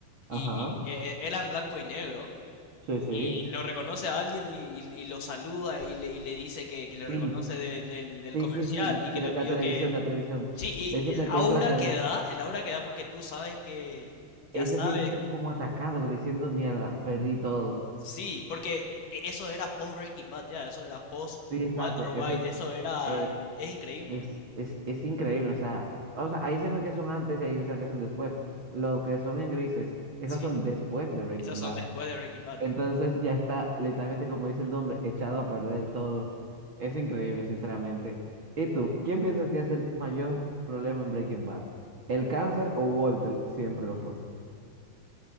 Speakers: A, on the right (about 60°); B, on the left (about 55°).
A: Ajá.
B: y eh, eh, era en blanco y negro,
A: Sí, sí.
B: Y lo reconoce a alguien y, y- y lo saluda y le, y le dice que, que lo reconoce
A: Sí,
B: de- del, del
A: sí,
B: comercial
A: sí, sí.
B: y
A: De,
B: que le pidió
A: de la televisión,
B: que...
A: de la televisión.
B: Sí, y
A: Le dice,
B: el
A: te reconozco
B: aura
A: la TV.
B: que da, el aura que da porque tú sabes que... Ya
A: Él
B: sabes,
A: se sintió como atacado, diciendo, mierda, perdí todo.
B: sí, porque e- eso era post Breaking Bad, ya, eso era post
A: Sí, exacto.
B: Walter White,
A: Eso es,
B: eso era...
A: eh,
B: Es increíble,
A: es, es, es increíble. O sea, o sea, hay escenas que son antes y hay escenas que son después. Lo que son en grises, esas
B: sí.
A: son después de Breaking
B: Esas son
A: Bad.
B: después de Breaking Bad,
A: Entonces
B: totalmente.
A: ya está, literalmente como dice el nombre, echado a perder todo. Es increíble, sinceramente. ¿Y tú, quién piensas que es el mayor problema en Breaking Bad? ¿El cáncer o Walter? Siempre lo fue.